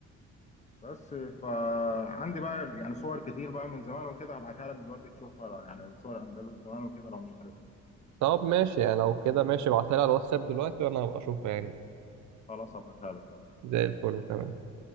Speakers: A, on the left (about 25°); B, on the right (about 70°).
A: بس فعندي بقى يعني صور كتير بقى من زمان وكده هبعتها لك دلوقتي تشوفها يعني صور اندلس زمان وكده لو مش عارفها
B: طب ماشي يعني لو كده ماشي ابعتها لي على الواتساب دلوقتي وانا هبقى اشوفها يعني
A: خلاص هبعتها لك يلا بينا.
B: زي الفل تمام